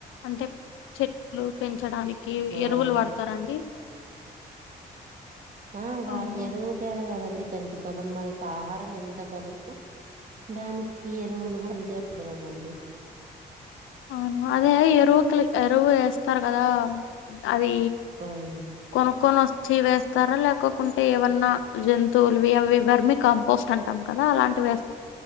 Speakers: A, on the left; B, on the right.
A: అంటే చెట్లు పెంచడానికి
B: ఆ
A: ఎరువులు వడతారండి
B: ఆ వా
A: ఆహా
B: ఎరువుటే కదండి తననికి బలం మనకి ఆహారం ఎంత బలమో దానికి ఎరువులు కూడా అంతే బలం అండి
A: వును అదే ఎరువు క ఎరువు ఎస్తారు కదా అవి
B: అవును
A: కొనుక్కునినోస్ చ్చి వేస్తారా లేకకుంటే ఏవన్నా జంతువులువరిమి కాంపోస్ట్ అంటాం కదా అలాంటి వేస్త